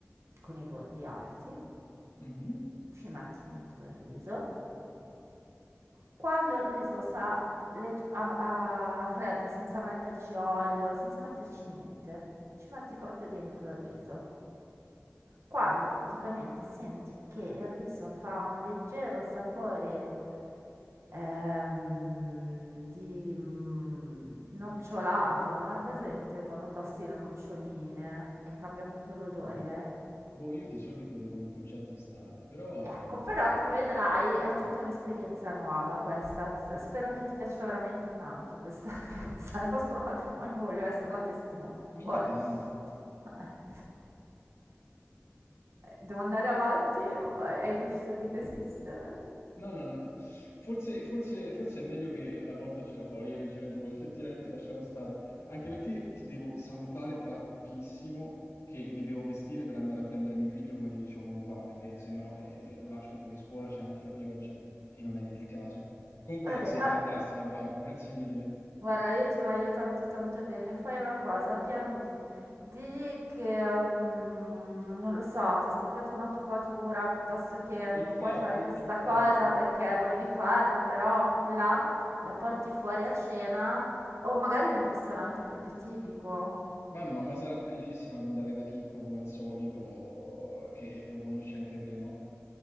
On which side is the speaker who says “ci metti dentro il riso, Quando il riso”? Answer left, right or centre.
Right